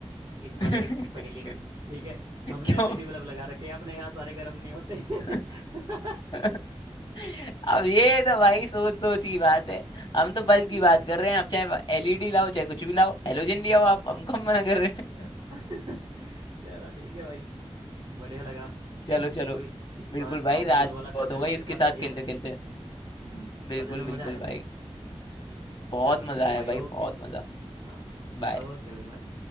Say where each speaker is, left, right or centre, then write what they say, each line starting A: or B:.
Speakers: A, on the right; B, on the left.
A: इस
B: <laughs>
A: वाले पहेली में ठीक है हमने
B: क्यों
A: एलईडी बल्ब लगा रखे हैं अपने यहाँ सारे गर्म नहीं होते <laughs> ठीक
B: <laughs> अब ये तो भाई सोच सोच की बात है हम तो बल्ब
A: है
B: की बात कर रहे हैं आप चाहे एलईडी लाओ चाहे कुछ भी लाओ हेलोजन
A: हम्म,
B: ले आओ आप हमको हम कम मना कर रहे
A: चलो
B: हैं
A: <laughs> चलो ठीक है भाई बढ़िया लगा
B: <laughs> चलो
A: <clears throat>
B: चलो
A: कोई इस
B: बिल्कुल
A: बार हाँ
B: भाई
A: पजल
B: रात
A: वाला सेशन
B: बहुत हो गई
A: आपके
B: इसके
A: साथ
B: साथ
A: बढ़िया
B: खेलते
A: मजा
B: खेलते
A: आया हम्म
B: बिल्कुल
A: पजल में मजा
B: बिल्कुल
A: आया
B: भाई बहुत
A: चलो ठीक
B: मजा
A: है
B: आया
A: भाई ओके
B: भाई बहुत मजा
A: हाँ
B: बाय
A: ओके भाई बाय